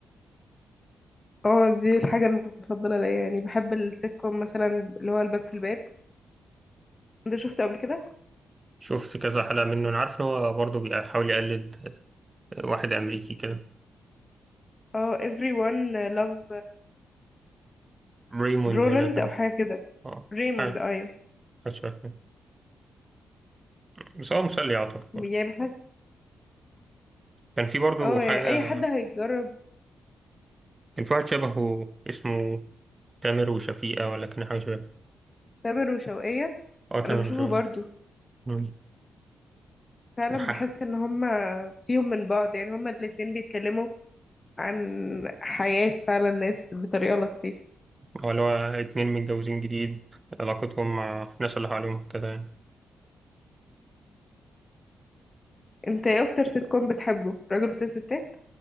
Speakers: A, on the left (about 25°); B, on the right (about 25°).
A: اه دي الحاجة المفضلة ليا يعني بحب السيت كوم مثلا اللي هو الباب في الباب انت شفته قبل كده
B: شفت كذا حلقة منه أنا عارف إن هو برضه بيحاول يقلد واحد أمريكي كده
A: اه everyone love
B: ريموند
A: رونالد
B: ولا كان
A: او حاجة كده
B: آه
A: ريموند
B: حاجة
A: ايوه
B: حاجة شبه كده. بس هو مسلي أعتقد
A: يعني
B: برضه
A: بحس
B: كان في برضه
A: اه
B: حاجة
A: يعني اي حد هيجرب
B: كان في واحد شبهه اسمه تامر وشفيقة ولا كان حاجة شبه
A: تامر وشوقية
B: اه تامر
A: انا بشوفه
B: وشفيقة
A: برضو
B: مم.
A: فعلا
B: ح-
A: بحس ان هما فيهم من بعض يعني هما الاتنين بيتكلموا عن حياة فعلا الناس بطريقة لطيفة
B: هو اللي هو اتنين متجوزين جديد علاقتهم مع الناس اللي حواليهم كده يعني
A: انت ايه اكتر سيت كوم بتحبه راجل وست ستات